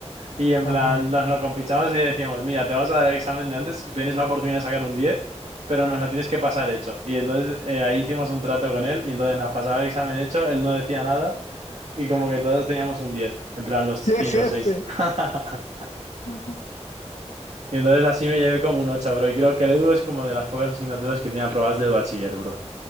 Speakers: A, on the right (about 65°); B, on the left (about 80°).
A: Y en
B: Ajá.
A: plan, nos lo compinchamos y decíamos, mira, te vamos a dar el examen de antes, tienes la oportunidad de sacar un diez pero nos la tienes que pasar hecho. Y entonces eh, ahí hicimos un trato con él y entonces nos pasaba el examen hecho, él no decía nada y como que todos teníamos un 10 en plan los
B: ¡Qué
A: 5
B: jefe!
A: o 6. <laughs>
B: <laughs>
A: Y entonces así me llevé como un 8, bro. Y creo que el Edu es como de las pocas asignaturas que tiene aprobadas del bachiller, bro.